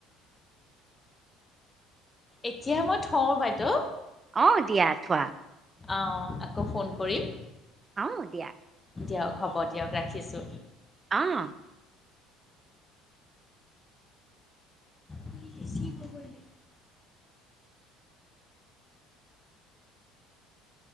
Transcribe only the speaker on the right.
অ' দিয়া থোৱা।
অ' দিয়া।
অ